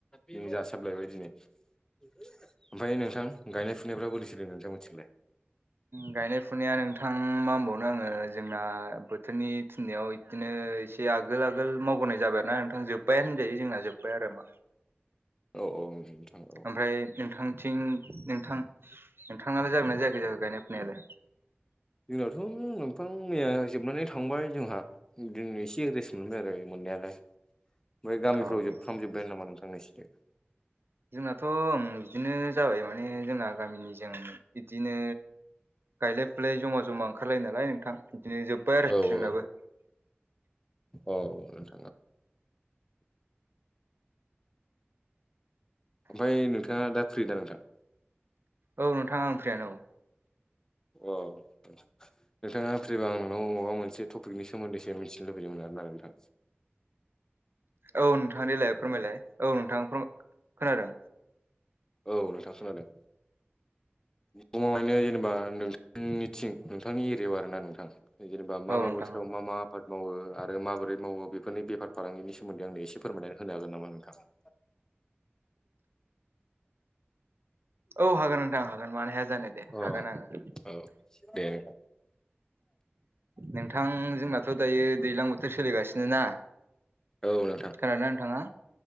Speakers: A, on the left; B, on the right.
A: बेनो जासाबलायबाय दिनै। ओमफ्राय नोंथां गायनाय फुनायफ्रा बोरै सोदों नोंथां मिथिलाय।
B: गायनाय फुनाया नोंथां मा होनबावनो आङो। जोंना बोथोरनि थिननायाव बिदिनो एसे आगोल आगोल मावबोनाय जाबाय ना नोंथां जोब साया होनजायो जोंना जोब्बाय आरो मा।
A: औ औ। औ
B: ओमफ्राय नोंथांथिं नोंथां नोंथाङालाय जागोन नना जाय जा गायनाय। फुनायालाय
A: जोंनावथ' दंफां मैया जोबनानै। थांबाय जोंहा दिननो एसे एड्रेस मोनबाय आरो मोननायालाय। ओमफ्राय गामिफ्राव
B: औ
A: जोबफ्रामजोब्बायानो
B: औ
A: नामा नोंथांनिसोरो
B: जोंनाथ' बिदिनो जाबाय माने जोंना गामिनिजों बिदिनो गायलाय फुलाय जमा जमा ओंखारलायो नालाय नोंथां बिदिनो जोब्बाय आरो
A: औ
B: जोंनाबो।
A: औ औ थ ओमफफ्राय नोंथाङा दा फ्रि दा नोंथां।
B: औ नोंथां आं फ्रियानो औ।
A: अ नोंथाङा फैबा आंननाव माबा मोनसे टपिकनि सायाव सोमोन्दैसो मिथिनो लुबैदोंमोन आरो ना नोंथां।
B: औ नोंथां देलाय फोरमायलाय औ नोंथां खोनादों।
A: औ नोंथां खोनादों। दङायनो जेनेबा नोंथांनिथिं नोंथांनि एरियायाव आर ना नोंथां। जेनेबा मा
B: औ
A: मा
B: नोंथां
A: बोथोराव
B: औ
A: मा मा आबाद मावो आरो माबोरै मावो बे बेफोरनि बेफारालांगनि सोमोन्दै आंनो ए फोरमायनानै होन हागोन नामा नोंथाङा।
B: औ हागोन नोंथां हागोन मानो हाया जानो दे
A: अ
B: हागोन आङो।
A: औ द
B: नोंथां जोंनाथ' दायो दैज्लां बोथोर सोलिगासिनो ना
A: औ नोंथां
B: खोनादोंना नोंथाङा?